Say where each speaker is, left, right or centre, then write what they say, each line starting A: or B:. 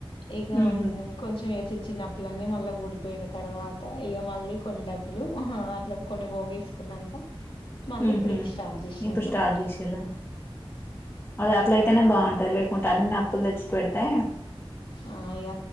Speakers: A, on the left; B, on the left.
A: ఇక
B: ఉహు
A: కొంచెం వేచించిన అప్పులన్నీ మళ్ళీ ఊడిపోయిన తర్వాత ఇక మళ్ళీ కొన్ని డబ్బులు ఆహ అట్లా కొన్ని పొగేసి కున్నాంక మళ్ళీ
B: ఉహు
A: ఇప్పుడు ఇది స్టార్ట్ చేసినాం
B: ఇప్పుడు
A: అన్నమాట
B: స్టార్ట్ చేసిర్రా అది అట్లా అయితేనే బాగుంటాది లేకుంటే అన్ని అప్పులు తెచ్చి పెడితే
A: ఆ ఇక